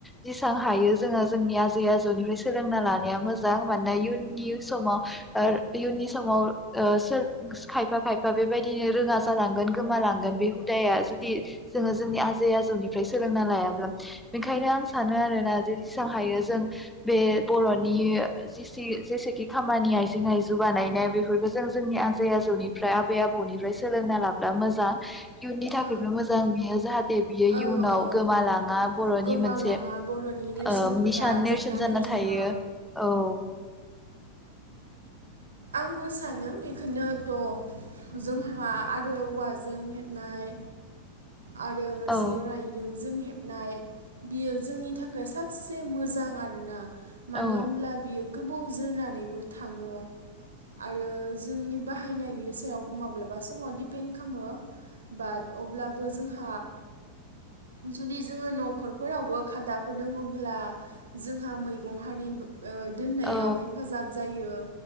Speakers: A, in the centre; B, on the right.
A: जसां हायो जोङो जोंनि आजै आजौनिफ्राय सोलोंना लानाया मोजां मानोना इयुननि समाव इयुननि समाव ओ सोर खायफा खायफा बेबायदिनो रोङा जालांगोन गोमालांगोन बे हुदाया जु दि जोङो जोंनि आजै आजौनि फ्राय सोलोंना लायाब्ला बेखायनो आं सानो आरोना जेेसेबां हायो जों बे बर'नि जिसि जेसे खि खामानि आइजें आइजु बानायनाय बेफोरखौ जों जोंनि आजै आजौनिफ्राय आबै आबौनिफ्राय सोलोंना लाब्ला मोजां इयुननि थाखायबो
B: औ
A: मोजां बियो जाहाथे बियो इयुनाव
B: औ औ
A: गोमालाङा
B: औ
A: बर'नि
B: गोमालाङा
A: मोनसे ओ
B: बर'नि नेरसोनफोरा
A: निसान
B: जोबनानै
A: नेरसोन जाना
B: थाङा
A: थायो औ
B: आंबो सानो बेखौनोथ' जोंहा आरो औवाजों हेबनाय आरो
A: औ
B: जे राइदों जों हेब नाय बियो जोंनि थाखाय साबसे मोजां आरो ना मानो
A: औ
B: होमब्ला बियो गोबाव जोरनानैबो थाङो आरो जोंनि बाहायनायनि सायावबो माब्लाबा समाव डिपेन्ड खामो बाट अब्लाबो जोंहा जुदि जोङो न'खरफोरावबो खादाफोर दोङोब्ला जोंहा मैगं हारि ओ दोननायाव
A: औ
B: हेफाजाब जायो